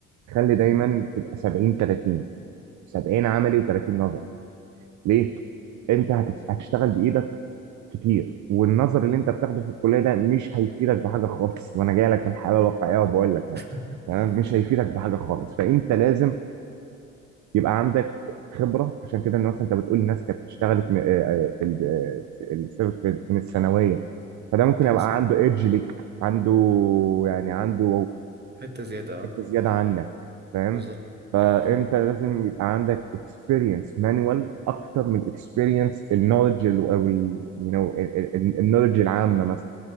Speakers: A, on the right (about 50°); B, on the right (about 25°).
A: خلي
B: مهم.
A: دايما تبقى 70 30 70 عملي و30 نظري ليه؟ انت هتت- هتشتغل بايدك كتير والنظر اللي انت بتاخده في الكليه ده مش هيفيدك بحاجه خالص وانا جاي لك من حاله واقعيه وبقول لك
B: <laughs>
A: اهو تمام مش هيفيدك بحاجه خالص فانت لازم يبقى عندك خبره عشان كده الناس انت بتقول الناس كانت اشتغلت م- آه، آه، في ال- آه، السبب في- من الثانويه فده ممكن
B: ايوه
A: يبقى
B: صح
A: عنده ايدج ليك عنده يعني عنده
B: حتة زيادة
A: حته
B: اه
A: زياده عنك فاهم
B: بالظبط
A: فانت
B: مم.
A: لازم يبقى عندك اكسبيرينس مانوال اكتر من اكسبيرينس النولج او يو نو النولج العامه مثلا